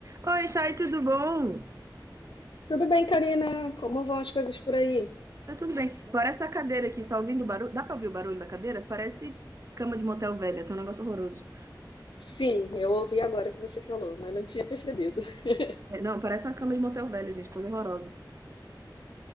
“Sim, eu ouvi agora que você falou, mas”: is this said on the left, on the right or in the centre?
Left